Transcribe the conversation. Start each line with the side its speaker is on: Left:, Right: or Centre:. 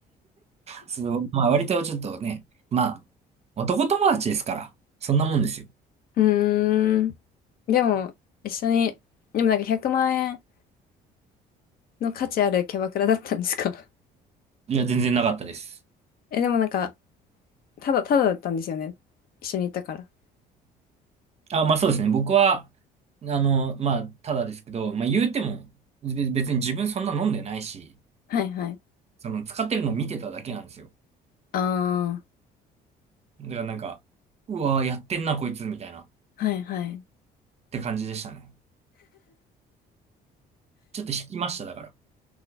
Right: そう、まあ割とちょっとね、まあ、男友達ですから、そんなもんですよ。
Left: うーん。でも、一緒に、でもなんか100万円の価値あるキャバクラだったんですか
Right: いや、全然なかったです。
Left: <laughs> え、でもなんか、ただ、ただだったんですよね。一緒に行ったから。
Right: あ、まあそうですね。僕は、あの、まあ、ただですけど、まあ言うても、べ別に自分そんな飲んでないし、
Left: はいはい。
Right: その使ってるのを見てただけなんですよ。
Left: ああ、
Right: だからなんか、うわー、やってんな、こいつ、みたいな、っ
Left: はいはい。
Right: て感じでしたね。ちょっと引きました、だから。